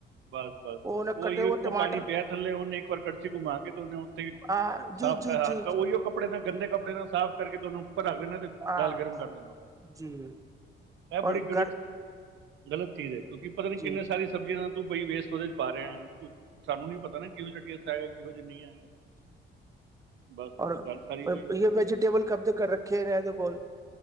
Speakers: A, on the right (about 70°); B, on the right (about 15°).
A: ਬਸ- ਬਸ
B: ਉਹ
A: -ਬਸ
B: ਉਹਨੇ
A: ਉਹੀ
B: ਕੱਟੇ ਉਹ
A: ਇੱਕੋ
B: ਟਮਾਟਰ
A: ਪਾਣੀ ਪਿਆ ਥੱਲੇ ਉਹਨੇ ਇੱਕ ਵਾਰ ਕੜਛੀ ਘੁੰਮਾ ਕੇ ਤੇ ਉਹਨੇ ਤੇ
B: ਹਾਂ ਜੀ
A: ਸਾਫ਼
B: ਜੀ
A: ਕਰਾ
B: ਜੀ
A: ਕੇ
B: ਜੀ
A: ਉਹੀਓ ਕੱਪੜੇ ਨਾ ਗੰਦੇ ਕੱਪੜੇ ਨਾ ਸਾਫ਼ ਕਰਕੇ ਤੁਹਾਨੂੰ ਉੱਪਰ ਰੱਖਦੇਣਾ ਤੇ
B: ਹਾਂ
A: ਦਾਲ ਗਰਮ ਕਰ ਦੇਣੀ ਆ,
B: ਜੀ
A: ਇਹ ਬੜੀ
B: ਔਰ
A: ਗਰ
B: ਘਰ
A: ਗਲਤ ਚੀਜ਼ ਹੈ ਕਿਉਂਕਿ ਪਤਾ ਨੀ
B: ਜੀ
A: ਕਿੰਨੇ ਸਾਰੀ ਸਬਜ਼ੀਆਂ ਨਾਲ ਤੂੰ ਬਈ ਵੇਸਟੋਰੇਜ ਪਾ ਰਿਹਾ। ਸਾਨੂੰ ਨੀ ਪਤਾ ਨਾ ਕਿਹੋ ਜਿਹਾ ਟੇਸਟ ਆਏਗਾ ਕਿਹੋ ਜਿਹਾ ਨਹੀਂ ਆਏਗਾ। ਬਸ
B: ਔਰ
A: ਗੱਲ ਸਾਰੀ ਉਹੀ ਹੋਈ
B: ਯੇ ਵੈਜੀਟੇਬਲ ਕਬ ਤੱਕ ਰੱਖੇ ਰਹਿੰਦੇ ਨੇ ਇਹਦੇ ਕੋਲ